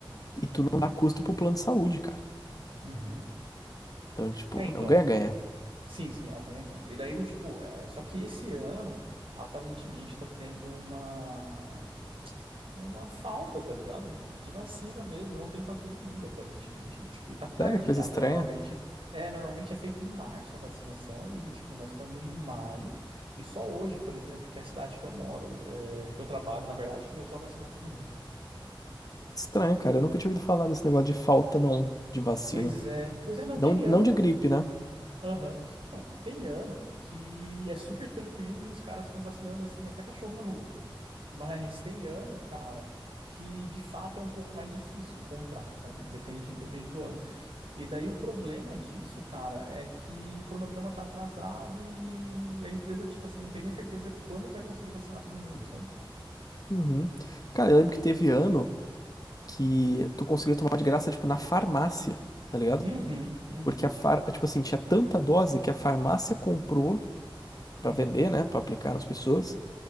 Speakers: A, on the left (about 45°); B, on the right (about 90°).
A: e tu
B: Uhum,
A: não dá custo pro plano de saúde, cara.
B: uhum.
A: Então, tipo,
B: É, então.
A: é um ganha-ganha.
B: Sim, sim, é um ganha-ganha. E daí, do tipo, é, só que esse ano, aparentemente, tá tendo uma, uma falta, tá ligado? De vacina mesmo, não tem pra todo mundo, aparentemente, do tipo, e tá tarde
A: Sério, coisa
B: já,
A: estranha.
B: porque normalmente é, normalmente é feito em março a vacinação, e do tipo, nós estamos em maio, e só hoje, por exemplo, que é a cidade que eu moro, é, que eu trabalho, na verdade, começou a vacinar todo mundo.
A: Estranho, cara. Eu nunca tinha ouvido falar desse negócio de falta, não, de vacina.
B: Pois é, pois é, não
A: Não,
B: tem
A: não
B: ano.
A: de gripe, né?
B: Aham. Não, tem ano que é super tranquilo e os caras estão vacinando assim até cachorro na rua. Mas tem ano, cara, que de fato é um pouco mais difícil encontrar, sabe? Depende, depende do ano. E daí o problema disso, cara, é que o cronograma tá atrasado e a empresa, tipo assim, não tem nem certeza quando que vai conseguir vacinar todo mundo, sabe?
A: Uhum. Cara, eu lembro que teve ano que tu conseguia tomar de graça, tipo, na farmácia, tá ligado?
B: Uhum, uhum,
A: Porque a far...
B: uhum,
A: tipo assim, tinha tanta dose que a farmácia comprou
B: uhum,
A: pra vender, né, Pra aplicar nas pessoas.